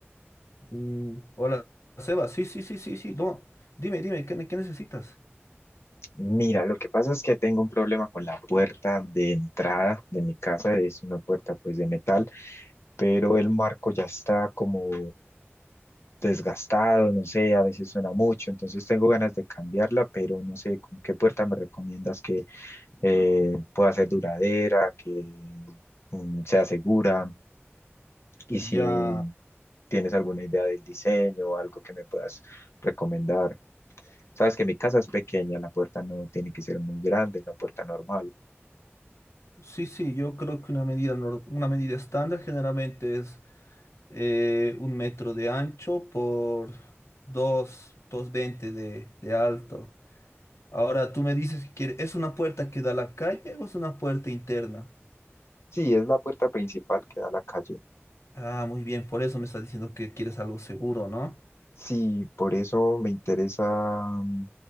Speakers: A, on the left (about 85°); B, on the left (about 65°).
A: Mm, hola, Seba. Sí, sí, sí, sí, sí. No, dime, dime, ¿qué, ne- qué necesitas?
B: Mira, lo que pasa es que tengo un problema con la puerta de entrada de mi casa, es una puerta pues de metal, pero el marco ya está como desgastado, no sé, a veces suena mucho, entonces tengo ganas de cambiarla, pero no sé con qué puerta me recomiendas que eh, pueda ser duradera, que mm, sea segura y si
A: Ya,
B: tienes alguna idea del diseño o algo que me puedas recomendar. Sabes que mi casa es pequeña, la puerta no tiene que ser muy grande, es la puerta normal.
A: sí, sí, yo creo que una medida, nor- una medida estándar generalmente es eh, un metro de ancho por dos, dos veinte de, de alto. Ahora, tú me dices que quiere- ¿es una puerta que da a la calle o es una puerta interna?
B: Sí, es la puerta principal que da a la calle.
A: Ah, muy bien, por eso me estás diciendo que quieres algo seguro, ¿no?
B: Sí, por eso me interesa, mm,